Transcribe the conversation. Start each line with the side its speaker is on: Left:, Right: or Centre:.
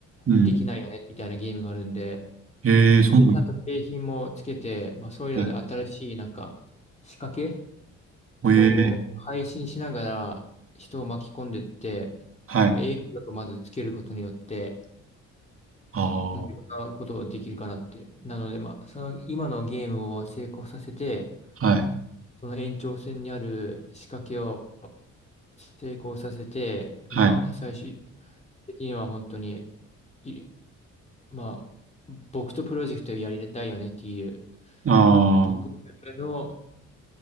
Right: うん。
Left: できないよね、みたいなゲームがあるんで、
Right: ええ、
Left: それちゃんと景品もつけて、
Right: そうなん
Left: まあ、そういうので新しい、
Right: だ。ね
Left: なんか、仕掛け
Right: ええ、
Left: を配信しながら人を巻き込んでって、
Right: はい。
Left: まあ、影響力をまずつけることによって、
Right: ああ、
Left: まあいろんなことができるかなって。
Right: は
Left: なので、まあ、その今のゲームを成功させて、
Right: い、
Left: その延長線にある仕掛けを成功させて、
Right: はい。
Left: まあ、最終的には本当に、いまあ、僕とプロジェクトやりたいよねっていう、
Right: ああ、
Left: 僕の、